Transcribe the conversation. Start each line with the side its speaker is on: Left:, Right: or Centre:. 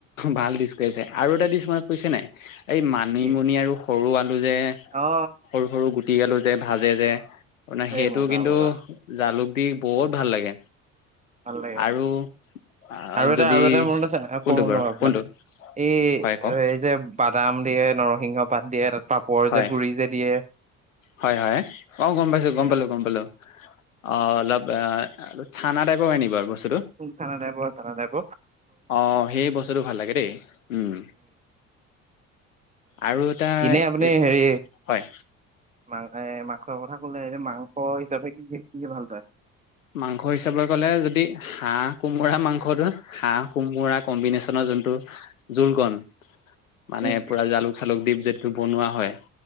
Left: ভাল দিছ কৈ আছে। আৰু এটা দিছ। মনত পৰিছে নাই? এই মানুিমুনি
Right: কি
Left: আৰু সৰু আলু যে।
Right: অ
Left: সৰু সৰু গুটি আলু যে ভাজে যে মানে সেইটো
Right: এই মজা
Left: কিন্তু
Right: মজা
Left: জালুক। দি বৰ ভাল লাগে।
Right: ভাল লাগে অ।
Left: আৰু আহ,
Right: আৰু এটা
Left: যদি
Right: আৰু এটা মনত আছে
Left: কোনটো
Right: কম
Left: বাৰু
Right: ৰ'ব আপোনাক
Left: কোনটো
Right: এই
Left: হয় কওক
Right: যে। বাদাম দিয়ে নৰসিংহ পাত দিয়ে তাত পাপৰ
Left: হয়
Right: যে গুৰি যে দিয়ে।
Left: হয় হয়, অ গম পাইছো গম
Right: সেইটো
Left: পালো গম পালো। অ অলপ আৰু চানা টাইপৰ হৈ নকি বাৰু বস্তুটো?
Right: ম থানা নাই পোৱা থানা নাইব।
Left: আহ সেই বস্তুটো ভাল লাগে দেই উম। আৰু এটা
Right: এনে আপুনি
Left: এ
Right: হেৰি
Left: হয়।
Right: মাং মাংসৰ কথা কলে মাংস হিচাপে কি খ কি কি ভাল পায়।
Left: মাংস হিচাপলৈ ক'লে যদি হাঁহ কোমোৰা মাংসটো হাঁহ কোমোৰা কম্বিনেশ্যনৰ। যোনটো জোলকণ। মানে
Right: উম
Left: পুৰা জালুক চালুক দিপ যটো বনোৱা হয়